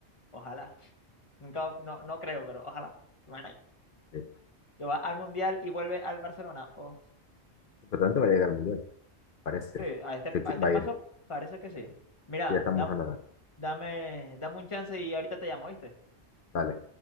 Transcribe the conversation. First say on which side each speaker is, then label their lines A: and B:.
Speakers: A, on the left (about 25°); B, on the left (about 55°).
A: ojalá. Nunca, no, no creo, pero ojalá. Bueno,
B: Sí.
A: que va al Mundial y vuelve al Barcelona. Oh,
B: Pero tanto va a llegar al mundial, parece.
A: sí, a este,
B: Que
A: a
B: qui-
A: este
B: va
A: paso
B: a ir.
A: parece que sí. Mira,
B: Ya estamos
A: dam-
B: a nada.
A: dame, dame un chance y ahorita te llamo, ¿viste?
B: Dale.